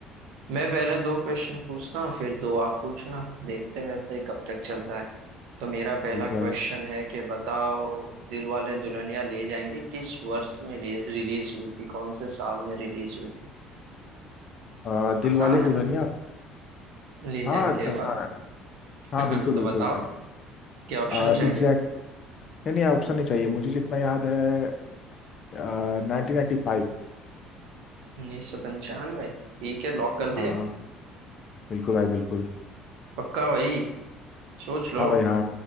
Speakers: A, on the right; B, on the left.
A: मैं पहले दो क्वेश्चन पूछता हूँ फिर दो आप पूछना देखते हैं वैसे ही कब तक चलता है तो मेरा पहला
B: बिल्कुल
A: क्वेश्चन
B: है
A: है कि बताओ दिलवाले दुल्हनिया ले जाएंगे किस वर्ष में रिलीज हुई थी कौन से साल में रिलीज हुई थी
B: आ, दिल
A: आसान
B: वाले
A: है
B: दुल्हनिया
A: ना ले
B: हाँ
A: जाएंगे वाला
B: आसान है
A: <laughs>
B: हाँ बिल्कुल
A: तो
B: बिल्कुल
A: बताओ
B: भाई
A: क्या ऑप्शन
B: आ,
A: चाहिए
B: एग्जैक्ट नहीं नहीं ऑप्शन नहीं चाहिए मुझे जितना याद है Nineteen ninety five
A: उन्नीस सौ पंचानवे ठीक है लॉक कर
B: हाँ
A: दे
B: बिल्कुल भाई बिल्कुल
A: पक्का भाई सोच लो
B: हाँ भाई हाँ